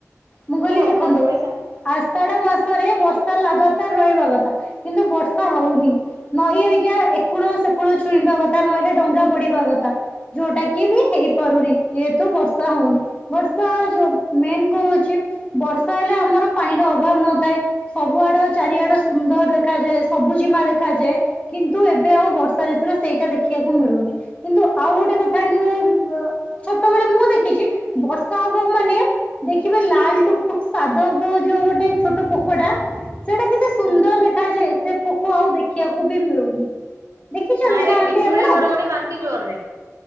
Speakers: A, on the left; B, on the right.
A: ମୁଁ କହିଲି
B: କୁହ
A: ଦେଖନ୍ତୁ
B: କୁହ କହିସାର
A: ଆଷାଢ ମାସରେ ବର୍ଷା ଲାଗାତାର ରହିବା କଥା କିନ୍ତୁ ବର୍ଷା ହଉନି। ନଈ ଅବିକା ଏକୁଳ ସେକୁଳ ଛୁଇଁବା କଥା ନଈରେ ଡଙ୍ଗା ପଡିବା କଥା। ଯୋଉଟା କି ବି ହେଇପାରୁନି ଯେହେତୁ ବର୍ଷା ହଉନି, ବର୍ଷା ଯୋଉ ମେନ୍ କୁ ଚି ବର୍ଷା ହେଲେ ଆମର ପାଣିର ଅଭାବ ନଥାଏ। ସବୁ ଆଡ ଚାରିଆଡ ସୁନ୍ଦର ଦେଖାଯାଏ, ସବୁଜିମା ଦେଖାଯାଏ। କିନ୍ତୁ ଏବେ ଆଉ ବର୍ଷା ଋତୁରେ ସେଇଟା ଦେଖିବାକୁ ମିଳୁନି କିନ୍ତୁ ଆଉ ଗୋଟେ କଥା ଖାଲି ବ ଛୋଟବେଳେ ମୁଁ ଦେଖିଛି ବର୍ଷା ହବ ମାନେ ଦେଖିବେ ଲାଲ୍ ଟୁକୁଟୁକୁ ସାଧବ ବହୁ ଯୋଉ ଗୋଟେ ଛୋଟ ପକୋଟା ସେଇଟା କେତେ ସୁନ୍ଦର ଦେଖାଯାଏ ସେ ପୋକ ଆଉ ଦେଖିବାକୁ ବି ମିଳୁନି। ଦେଖିଚନ୍ତି
B: ମାରେ
A: ନା ଆଣ୍ଟି
B: ବିଜୁଳି
A: ଆପଣ?
B: ଘଡଘଡି ମାରୁଚି ଜୋରରେ